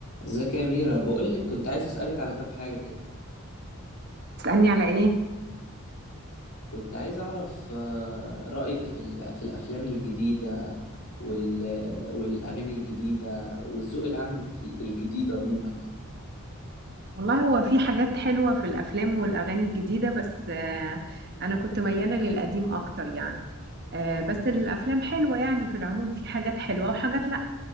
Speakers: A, on the left; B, on the right.
A: ازيك يا ميرا بقولك كنت عايز اسألك على كام حاجة كده
B: هتسألني على ايه؟
A: كنت عايز اعرف آه، رأيك في ال- في الافلام الجديدة وال والاغاني الجديدة والذوق العام في الجديد عموما يعني
B: والله هو في حاجات حلوة في الأفلام والأغاني الجديدة بس آه، أنا كنت ميالة للقديم أكتر يعني آه، بس الأفلام حلوة يعني في العموم في حاجات حلوة وحاجات لأ